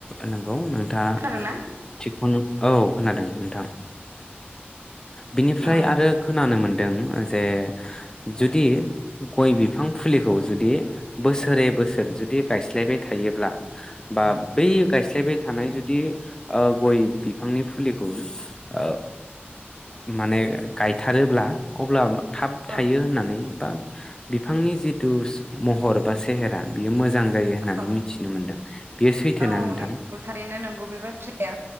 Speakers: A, on the left; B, on the right.
A: नोंगौ नोंथा
B: खोनादोंना
A: थिगखौनो औ खोनादों नोंथां बिनिफ्राय
B: औ औ
A: आरो खोनानो मोनदों जे जुदि गय बिफां फुलिखौ जुदि बोसोरै बोसोर जुदि गायस्लायबाय थायोब्ला बा बै गायस्लायबाय थानाय जुदि ओ गय बिफांनि फुलिखौ ओ माने गायथारोब्ला अब्ला थाब थायो
B: औ
A: होननानै बा बिफांनि जिथु महर बा सेहेरा बियो मोजां मोजां जायो होननानै
B: औ
A: मिथिनो मोनदों बेयो सैथोना
B: औ औ
A: नोंथां
B: नंगौ थारैनो नंगौ बे बाथ्राया